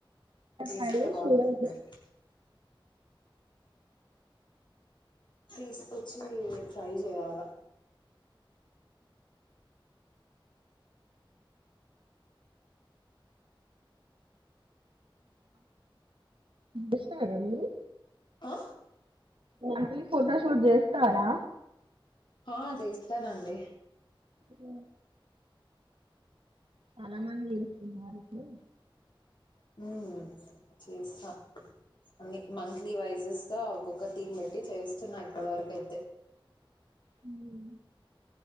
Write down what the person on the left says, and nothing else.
తీసుకర
వాళ్ళందర్నీ
తీసుకొచ్చి మీరు ట్రై చేయాల
ఆ
ఆ చేస్తానండి
హ్మ్ చేస్తా అన్నీ మంత్లీ వైజ్ గా ఒక్కొక్క థీమ్ పెట్టి చేస్తున్నా ఇప్పటి వరకు అయితే.